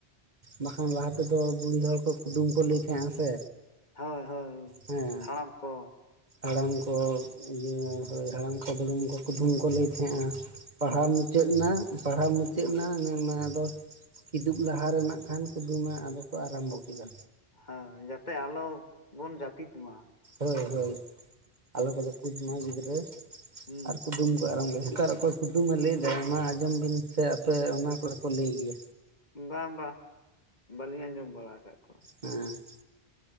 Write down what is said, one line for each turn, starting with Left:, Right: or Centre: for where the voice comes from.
Right: ᱵᱟᱠᱷᱟᱱ ᱞᱟᱦᱟ ᱛᱮᱫᱚ ᱵᱩᱲᱦᱤ ᱦᱚᱲ ᱠᱚ ᱠᱩᱫᱩᱢ ᱠᱚ ᱞᱟᱹᱭ ᱛᱟᱦᱮᱸ-ᱟ ᱥᱮ᱾
Left: ᱦᱳᱭ ᱦᱳᱭ
Right: ᱦᱮᱸ
Left: ᱦᱟᱲᱟᱢ ᱠᱚ
Right: ᱟᱨ ᱦᱟᱲᱟᱢ ᱠᱚ ᱤᱭᱟᱹ ᱦᱳᱭ ᱦᱟᱲᱟᱢ ᱠᱚ ᱫᱩᱲᱩᱢ ᱠᱚ ᱠᱩᱫᱷᱩᱢ ᱠᱚ ᱞᱟᱹᱭ ᱛᱷᱮᱸᱜ-ᱟ᱾ ᱯᱟᱲᱦᱟᱣ
Left: ᱦᱮᱸ
Right: ᱢᱩᱪᱟᱹᱫᱱᱟ ᱯᱟᱲᱦᱟᱣ ᱢᱩᱪᱟᱹᱫᱱᱟ
Left: ᱦᱮᱸ
Right: ᱧᱮᱞ ᱢᱮ ᱟᱫᱚ ᱠᱤᱫᱩᱵ ᱞᱟᱦᱟ ᱨᱮ ᱱᱟᱜᱠᱷᱟᱱ ᱠᱩᱫᱩᱢᱮ ᱟᱫᱚ ᱠᱚ ᱟᱨᱟᱢᱵᱚ ᱠᱮᱫᱟ᱾
Left: ᱦᱟᱣ ᱡᱟᱛᱮ ᱟᱞᱚ ᱵᱚᱱ ᱡᱟᱹᱯᱤᱫ ᱢᱟ᱾
Right: ᱦᱳᱭ ᱦᱳᱭ ᱟᱞᱚ ᱠᱚ ᱡᱟᱹᱯᱩᱫ ᱢᱟ ᱜᱤᱫᱽᱨᱟᱹ
Left: ᱦᱩᱸ
Right: ᱟᱨ ᱠᱩᱫᱩᱢ ᱟᱨ ᱥᱢ ᱜᱮ ᱦᱮᱠᱟᱨ ᱚᱠᱚᱭ ᱠᱩᱫᱩᱢᱮ ᱞᱟᱹᱭᱫᱟᱭ ᱢᱟ ᱟᱸᱡᱚᱢ ᱵᱤᱱ ᱥᱮ ᱟᱯᱮ ᱚᱱᱟ ᱠᱚᱨᱮ ᱠᱚ ᱞᱟᱹᱭ ᱜᱮᱭᱟ᱾
Left: ᱵᱟᱝ ᱵᱟᱦ ᱵᱟᱞᱤᱧ ᱟᱸᱡᱚᱢ ᱵᱟᱲᱟ ᱟᱠᱟᱫ ᱠᱚᱣᱟ᱾
Right: ᱦᱮᱸ᱾